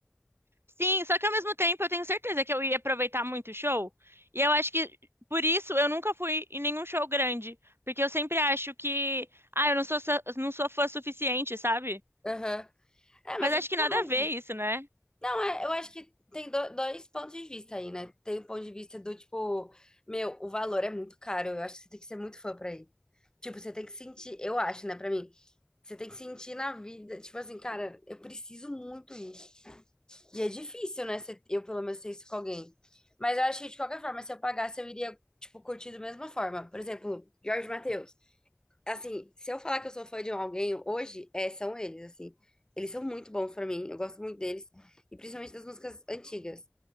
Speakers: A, on the right; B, on the left.
A: Sim, só que ao mesmo tempo eu tenho certeza que eu ia aproveitar muito o show. E eu acho que por isso eu nunca fui em nenhum show grande, porque eu sempre acho que, ah, eu não sou sa- não sou fã suficiente, sabe?
B: Aham. É, mas
A: Mas acho
B: é legal.
A: que nada a ver isso, né?
B: Não, é, eu acho que tem do- dois pontos de vista aí, né? Tem o ponto de vista do tipo, meu, o valor é muito caro. Eu acho que você tem que ser muito fã pra ir. Tipo, você tem que sentir, eu acho, né, pra mim, você tem que sentir na vida, tipo assim, cara, eu preciso muito ir. E é difícil, né? você- Eu pelo menos sei isso com alguém. Mas eu acho que de qualquer forma, se eu pagasse, eu iria, tipo, curtir da mesma forma. Por exemplo, Jorge Mateus assim, se eu falar que eu sou fã de alguém hoje, é, são eles, assim. Eles são muito bons pra mim, eu gosto muito deles, e principalmente das músicas antigas.